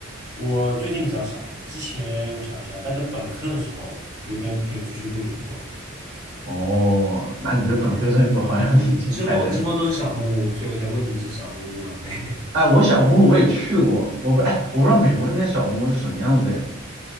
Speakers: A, on the right (about 20°); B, on the right (about 55°).
A: 我最近比较少，之前我想一下，大概本科的时候有跟朋友出去露营过，
B: 哦，那你的本科生活好像挺精彩的。
A: 然后之之后之后都是小木屋，所以我才问你是小木屋嘛？对，
B: 哎，我小木屋我也去过，我不哎，
A: <laughs>
B: 我不知道美国那边的小木屋是什么样子哎。